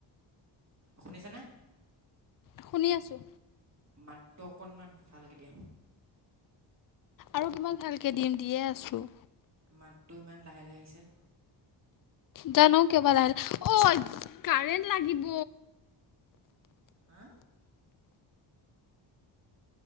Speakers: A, on the right; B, on the left.
A: শুনিছানে?
B: শুনি আছোঁ।
A: মাতটো অকণমান ভালকে দিয়া।
B: আৰু কিমান ভালকে দিম দিয়ে আছো
A: মাতটো ইমান লাহে লাহে আহিছে
B: জানো কিয়বা লাহিলে অ কাৰেণ্ট লাগিব
A: হা